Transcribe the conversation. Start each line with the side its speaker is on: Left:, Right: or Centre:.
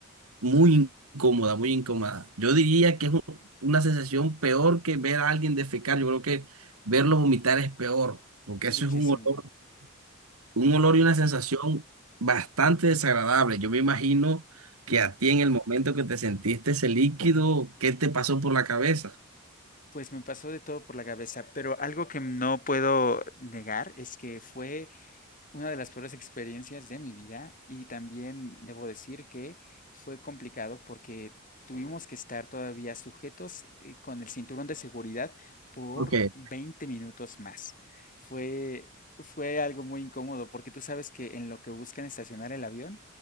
Right: muy incómoda, muy incómoda. Yo diría que es un- una sensación peor que ver a alguien defecar, yo creo que verlo vomitar es peor, porque
Left: muchísimo.
Right: eso es un olor, un olor y una sensación bastante desagradable. Yo me imagino que
Left: Ujú.
Right: a ti en el momento que te sentiste ese líquido, ¿qué te pasó por la cabeza?
Left: Pues me pasó de todo por la cabeza, pero algo que no puedo negar es que fue una de las peores experiencias de mi vida y también debo decir que fue complicado porque tuvimos que estar todavía sujetos eh, con el cinturón de seguridad por
Right: Porque
Left: 20 minutos más. Fue, fue algo muy incómodo porque tú sabes que en lo que buscan estacionar el avión,